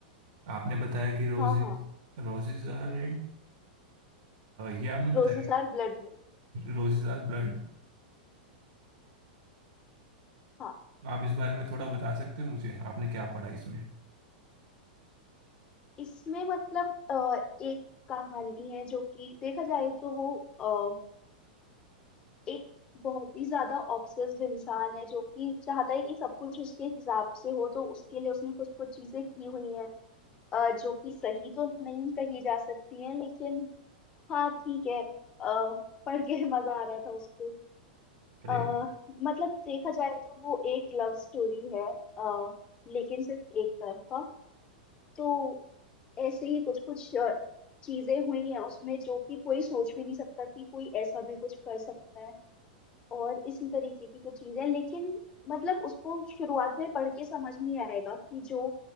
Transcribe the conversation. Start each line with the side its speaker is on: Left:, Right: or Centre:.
Right: आपने बताया कि रोजेज
Left: हाँ हाँ
Right: रोजेज आर रेड ये आपने
Left: Roses
Right: बताया
Left: are blood red
Right: रोजेज आर ब्लड
Left: हाँ
Right: आप इस बारे में थोड़ा बता सकते हो मुझे आपने क्या पढ़ा इसमें
Left: इसमें मतलब अ, एक कहानी है जो कि देखा जाए तो वो अ, एक बहुत ही ज्यादा ऑब्सेस्ड इंसान है जो कि चाहता है कि सब कुछ उसके हिसाब से हो तो उसके लिए उसने कुछ कुछ चीजें की हुई हैं अ, जो कि सही तो नहीं कही जा सकती है लेकिन हाँ ठीक है अ, पढ़ के <laughs> मजा आ रहा था उसको
Right: अरे
Left: अ,
Right: वाह।
Left: मतलब देखा जाए तो वो एक लव स्टोरी है अ, लेकिन सिर्फ एक तरफा तो ऐसे ही कुछ कुछ चीजें हुई हैं उसमें जो कि कोई सोच भी नहीं सकता कि कोई ऐसा भी कुछ कर सकता है और इसी तरीके की कुछ चीजें लेकिन मतलब उसको शुरुआत में पढ़ के समझ नहीं आएगा कि जो